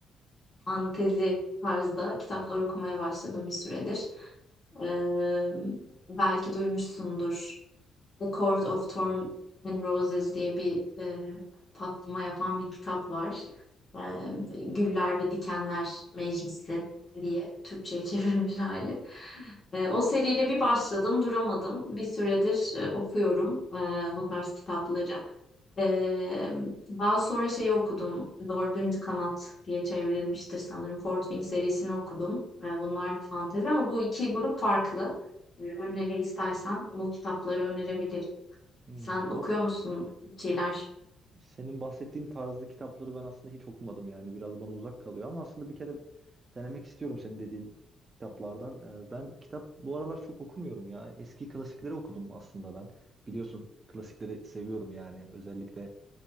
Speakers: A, on the left; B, on the right.
A: fantezi tarzda kitaplar okumaya başladım bir süredir. Ee, belki duymuşsundur. The Court of Thorn and Roses diye bir e, patlama yapan bir kitap var. E, Güller ve Dikenler Meclisi diye Türkçe'ye <laughs> çevrilmiş hali. E, o seriyle bir başladım, duramadım. Bir süredir e, okuyorum e, bu tarz kitapları. E, daha sonra şeyi okudum. Dördüncü Kanat diye çevrilmiştir sanırım. Fort Wing serisini okudum. E, bunlar da fantezi ama bu iki grup farklı. E, Öneri istersen bu kitapları önerebilirim.
B: Hmm,
A: Sen okuyor
B: o
A: musun bir şeyler?
B: Senin bahsettiğin tarzda kitapları ben aslında hiç okumadım yani biraz bana uzak kalıyor ama aslında bir kere denemek istiyorum senin dediğin kitaplardan. Ee, Ben kitap bu aralar çok okumuyorum ya. Eski klasikleri okudum aslında ben. Biliyorsun klasikleri seviyorum yani özellikle